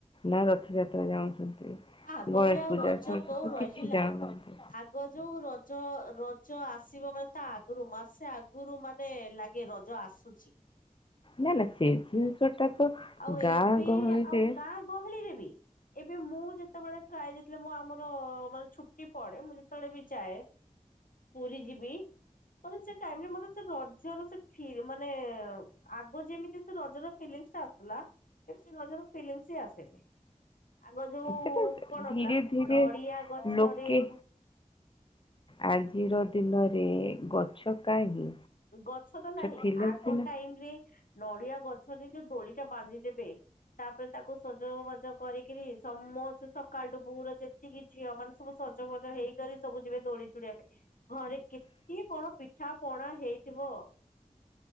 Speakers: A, on the left; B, on the left.
A: ନା ରଥଯାତ୍ରା ଜାଣୁଛନ୍ତି।
B: ଆଗ
A: ଗଣେଶ
B: ଭଳିଆ ଆଉ
A: ପୂଜା,
B: ରଜ
A: ସରସ୍ୱତୀ
B: କୋଉ
A: ପୂଜା
B: ରହିଲା।
A: କିଛି ଜାଣୁନାହାନ୍ତି।
B: ଆଗ ଯୋଉ ରଜ ରଜ ଆସିବ ମାନେ ତା ଆଗରୁ ମାସେ ଆ ଗରୁ ମାନେ ଲାଗେ ରଜ ଆସୁଛି।
A: ନା ନା ସେ
B: ଏବେ
A: ଜିନିଷ ଟା ତ
B: ଆଉ ଏବେ
A: ଗାଁ ଗହଳିରେ
B: ଆଉ ଗାଁ ଗହଳି ରେ ବି ଏବେ ମୁଁ ଯେତେବେଳେ ପ୍ରାୟ ଯେତେବେଳେ ମୁ ଆମର ମାନେ ଛୁଟି ପଡେ ମୁଁ ଯେତେବେଳେ ବି ଯାଏ ପୁରୀ ଯିବି ମାନେ ସେ ଟାଇମରେ ମତେ ସେ ରଜ ର ସେ ଫିର୍ ମାନେ-ଏ-ଏ-ଏ ଆଗ ଯେମିତି ସେ ରଜର ଫିଲିଙ୍ଗ୍ସ ଟା ଆସଥିୁଲା ଏବେ ସେ ରଜର ଫିଲିଙ୍ଗ୍ସ ହି ଆସେନି। ଆଗ ଯୋଉ
A: ସେଟା
B: କଣଥିଲା
A: ଧୀରେ ଧୀରେ
B: ନଡିଆ ଗଛରେ
A: ଲୋକେ
B: ପୁ
A: ଆଜିର ଦିନରେ ଗଛ କାହିଁ।
B: ଗଛ ତ ନାହିଁ
A: ଥିଲେ
B: ଆଗ
A: ସିନା
B: ଟାଇମ ରେ ନଡିଆ ଗଛରେ ଯୋଉ ଦୋଳି ଟା ବାନ୍ଧିଦେବେ। ତାପରେ ତାକୁ ସଜ ବାଜ କରିକିରି ସମସ୍ତେ ସକାଳଠୁ ପୁରା ଯେ ଯେତିକି ଝିଅ ମାନେ ସବୁ ସଜ ଫଜ ହେଇକରି ସବୁ ଯିବେ ଦୋଳି ଚଢ଼ିବା ପାଇଁ। ଘରେ କେତେ କଣ ପିଠା ପଣା ହେଇଥିବ।